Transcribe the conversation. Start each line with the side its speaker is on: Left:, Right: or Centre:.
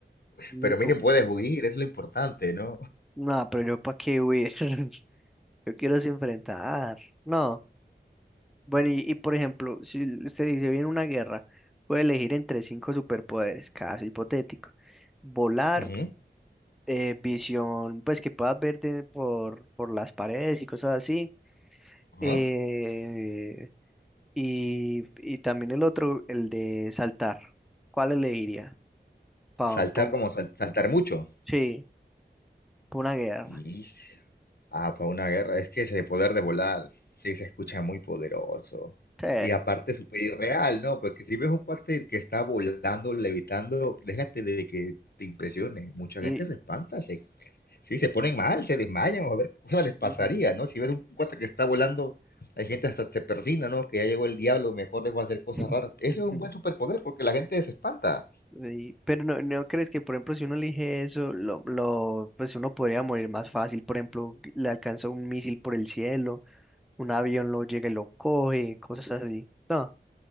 Centre: n-
Left: Pero miren,
Centre: o-
Left: puedes huir, es lo importante, ¿no?
Centre: no, pero yo para qué huir, <laughs> yo quiero es enfrentar, no. Bueno, y, y por ejemplo, si l- usted dice viene una guerra, puede elegir entre cinco superpoderes, caso hipotético. Volar,
Left: Ujú,
Centre: eh, visión, pues que puedas ver de- por, por las paredes y cosas así
Left: ajá.
Centre: Eh, y, y también el otro, el de saltar. ¿Cuál elegiría? Pa,
Left: Saltar
Centre: pa-
Left: como sal- saltar mucho.
Centre: sí, pa una guerra.
Left: Y, ah, para una guerra, es que ese poder de volar, sí, se escucha muy poderoso.
Centre: Sí.
Left: Y aparte, súper irreal, ¿no? Porque si ves un cuate que está volando, levitando, déjate de que te impresione. Mucha
Centre: Y-
Left: gente se espanta, se Sí, se ponen mal, se desmayan, o a ver qué cosa les pasaría,
Centre: ujú,
Left: ¿no? Si ves un cuate que está volando, hay gente hasta se persina, ¿no? Que ya llegó el diablo, mejor dejo de hacer cosas
Centre: <laughs>
Left: raras. Eso
Centre: ujú.
Left: es un buen superpoder porque la gente se espanta.
Centre: Sí, Pero no, no crees que, por ejemplo, si uno elige eso, lo, lo, pues uno podría morir más fácil. Por ejemplo, le alcanza un misil por el cielo, un avión lo llega y lo coge, cosas así. No.